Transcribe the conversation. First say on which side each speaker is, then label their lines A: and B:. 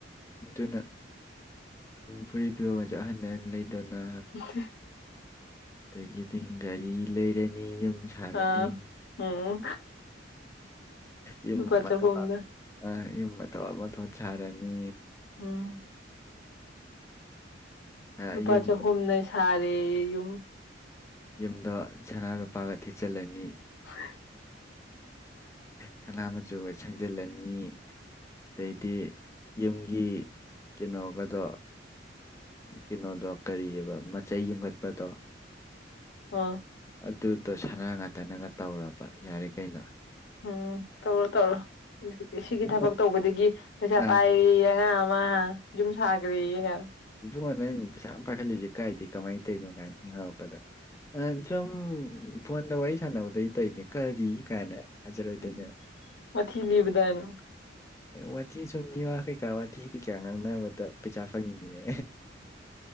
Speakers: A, on the left; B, on the left.
A: ꯑꯗꯨꯅ ꯐꯨꯔꯤꯠ ꯐꯤꯔꯣꯜ ꯀꯥꯁꯦ ꯑꯍꯟ ꯑꯍꯟꯕ ꯂꯩꯗꯅ
B: <unintelligible>
A: ꯗꯒꯤꯗꯤ ꯒꯥꯔꯤ ꯂꯩꯔꯅꯤ ꯌꯨꯝ ꯁꯥꯔꯅꯤ
B: ꯑꯥ ꯎꯝ
A: ꯌꯨꯝ
B: ꯂꯨꯄꯥ
A: ꯃꯊꯣꯟ
B: ꯆꯍꯨꯝꯅ
A: ꯑꯥ ꯌꯨꯝ ꯃꯊꯣꯟ ꯃꯊꯣꯟ ꯁꯥꯔꯅꯤ
B: ꯎꯝ
A: ꯁꯥ
B: ꯅꯨꯨꯄꯥ
A: ꯌꯨꯝ
B: ꯆꯥꯍꯨꯝꯅꯥ ꯁꯥꯔꯦꯌꯦ ꯌꯨꯝ
A: ꯌꯨꯝꯗ ꯁꯅꯥ ꯂꯨꯄꯥꯒꯥ ꯊꯤꯠꯆꯤꯜꯂꯅꯤ
B: <unintelligible>
A: ꯁꯅꯥ ꯃꯆꯨꯒꯥ ꯁꯪꯖꯤꯜꯂꯅꯤ ꯑꯗꯩꯗꯤ ꯌꯨꯝꯒꯤ ꯀꯩꯅꯣꯒꯗꯣ ꯀꯩꯅꯣꯗꯣ ꯀꯔꯤꯌꯥꯕ ꯃꯆꯩ ꯌꯨꯡꯈꯠꯄꯗꯣ
B: ꯑꯥ
A: ꯑꯗꯨꯗꯣ ꯁꯅ ꯉꯇꯥꯅꯒ ꯇꯧꯔꯥꯕ ꯀꯩꯅꯣ
B: ꯎꯝ ꯇꯧꯔꯣ ꯇꯧꯔꯣ ꯁꯤꯒꯤ
A: ꯏꯕꯨꯡꯉꯣ.
B: ꯊꯕꯛ ꯇꯧꯕꯗꯒꯤ ꯄꯩꯁꯥ
A: ꯑꯥ
B: ꯄꯥꯏꯔꯦꯌꯦ ꯑꯉꯥꯡ ꯑꯃꯥ ꯑꯤ ꯌꯨꯝ ꯁꯥꯈ꯭ꯔꯦꯌꯦ ꯀꯥꯏꯅꯥ
A: ꯏꯕꯨꯡꯉꯣ ꯅꯪ ꯄꯩꯁꯥ ꯌꯝ ꯄꯥꯏꯈꯠꯂꯤꯁꯦ ꯀꯥꯏꯗꯩ ꯀꯃꯥꯏ ꯇꯧꯔꯤꯅꯣ ꯀꯥꯏꯅ ꯍꯪꯉꯛꯄꯗ ꯑꯁꯨꯝ ꯐꯣꯟꯗꯥ ꯋꯥꯔꯤ ꯁꯥꯟꯅꯕꯗꯩ ꯇꯩꯢꯅꯦ ꯀꯔꯤ ꯀꯥꯏꯅ ꯊꯥꯖꯔꯣꯏꯗꯧꯅꯦ
B: ꯎꯝ ꯋꯥꯊꯤ ꯂꯤꯕꯗꯅ
A: ꯋꯥꯊꯤ ꯁꯨꯝ ꯃꯤꯋꯥ ꯀꯩꯀꯥ ꯋꯥꯊꯤ ꯀꯩꯀꯥ ꯉꯥꯡꯅꯕꯗ ꯄꯩꯁꯥ ꯐꯪꯉꯤꯅꯦ